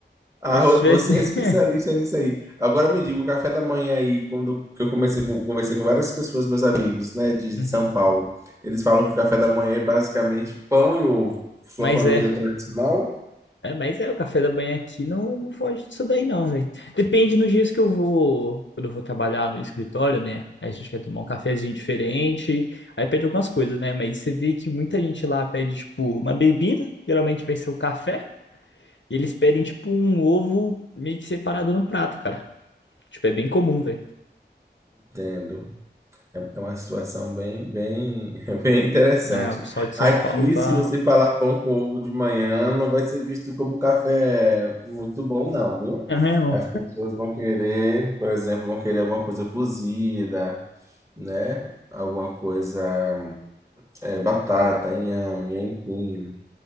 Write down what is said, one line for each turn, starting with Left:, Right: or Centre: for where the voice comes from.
Right: Arro-
Left: Acho que se tivesse.
Right: você
Left: <laughs>
Right: é especialista nisso aí. Agora me diga, o café da manhã aí, quando que eu comecei com, conversei com várias pessoas, meus amigos, né, de
Left: Uhum.
Right: de São Paulo, eles falam que o café da manhã é basicamente pão e ovo. Sua
Left: Mas
Right: família
Left: é.
Right: é tradicional?
Left: É, mas é, o café da manhã aqui não, não foge disso daí não, velho. Depende nos dias que eu vou, quando eu vou trabalhar no escritório, né? A gente quer tomar um cafezinho diferente, aí pede algumas coisas, né? Mas você vê que muita gente lá pede, tipo, uma bebida, geralmente vai ser o café, e eles pedem, tipo, um ovo meio que separado no prato, cara. Tipo, é bem comum, velho.
Right: Entendo. É é uma situação bem, bem, <laughs> bem interessante.
Left: É, o pessoal de São
Right: Aqui,
Left: Paulo tá...
Right: se você falar pão com ovo de manhã, não vai ser visto como um café muito bom, não, viu?
Left: É mesmo?
Right: As pessoas vão querer, por exemplo, vão querer alguma coisa cozida, né? Alguma coisa, é, batata, inhame, enfim,